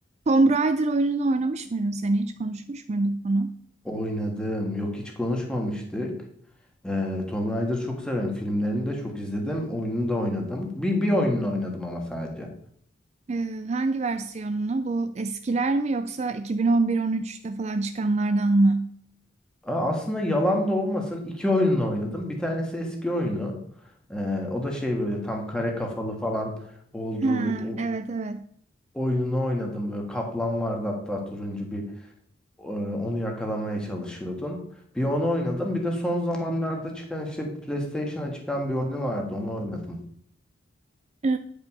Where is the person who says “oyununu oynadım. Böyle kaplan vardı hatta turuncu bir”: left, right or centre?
Centre